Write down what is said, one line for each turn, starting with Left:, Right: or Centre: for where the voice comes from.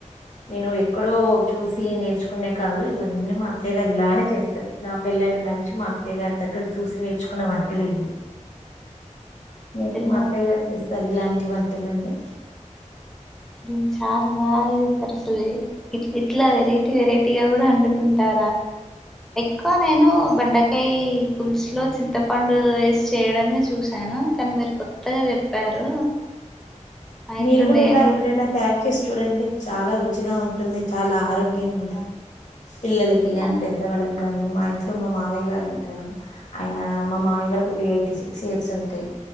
Left: నేను ఎక్కడో చూసి నేర్చు. ఉండే కాదు ఇవన్నీ మా అత్తయ్య గారు ఇలానే చేస్తారు నా పెళ్లాయిని కాంచి మా అత్తయ్య గారు. దగ్గర చూసి నేర్చుకున్న వంటలే. నేను మా
Centre: మ్మ్
Left: అత్తయ్య గరు చేస్తారు ఇలాంటి వంటలన్నీ.
Centre: హమ్ చాలా బాగా చెప్పరసలే ఇట్ ఇట్లా వెరైటీ వెరైటీగా కూడా వండుకుంటారా ఎక్కువ నేను బెండకాయ పుల్సు లో చింతపండు వేసి చేయడమే చూశాను కానీ మీరు కొత్తగా చెప్పారు మా ఇంట్లో
Left: మీరు కూడా
Centre: నేను
Left: ఇలా ఎప్పుడైనా తయారు చేసి చూడండి చాలా రుచిగా ఉంటుంది చాలా ఆరోగ్యం కూడా పిల్లలకి కి గాని
Centre: అన్-
Left: పెద్ద వాళ్ళకి గాని మా ఇంట్లో మా మావయ్య గారు అంటారు అయ మా మామయ్యా గారికి ఒక ఎయిట్ సిక్స్ ఇయర్స్ ఉంటాయి